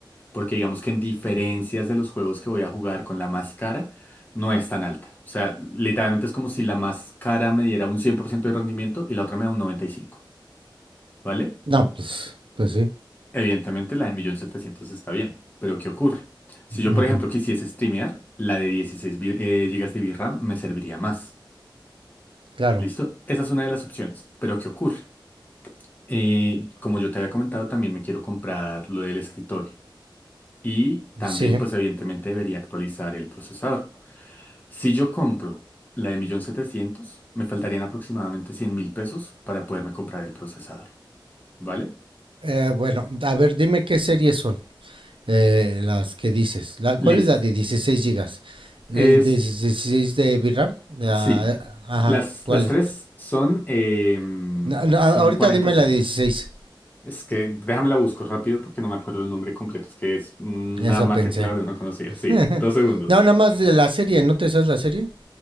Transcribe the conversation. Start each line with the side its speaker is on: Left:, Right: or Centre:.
Left: porque digamos que en diferencias de los juegos que voy a jugar con la más cara, no es tan alta. O sea, literalmente es como si la más cara me diera un 100% de rendimiento y la otra me da un 95, ¿vale?
Right: No, pues, pues sí.
Left: Evidentemente la de 1.700.000 está bien, pero ¿qué ocurre? Si yo,
Right: ujú,
Left: por ejemplo, quisiese streamear, la de dieciséis vi- eh, GB de VRAM me serviría más.
Right: Claro.
Left: ¿Listo? Esa es una de las opciones, pero ¿qué ocurre? Eh, como yo te había comentado, también me quiero comprar lo del escritorio. Y también,
Right: Sí.
Left: pues evidentemente debería actualizar el procesador. Si yo compro la de 1.700.000, me faltarían aproximadamente 100 mil pesos para poderme comprar el procesador. ¿Vale?
Right: Eh, bueno, a ver, dime qué series son. Eh, las que dices. La,
Left: Listo.
Right: ¿cuál es la de 16 gigas? el
Left: Es,
Right: de 16 de VRAM? Ah,
Left: sí,
Right: ajá,
Left: las,
Right: ¿cuál?
Left: las tres
Right: es?
Left: son, em,
Right: No, no,
Left: son
Right: a- ahorita
Left: cuarenta
Right: dime
Left: sesenta
Right: la de 16.
Left: Es que déjame la busco rápido porque no me acuerdo el nombre completo. Es que es una
Right: Eso
Left: marca
Right: pensé.
Left: que la verdad no conocía. Sí,
Right: <laughs>
Left: dos segundos.
Right: No, nada más de la serie, ¿no te sabes la serie?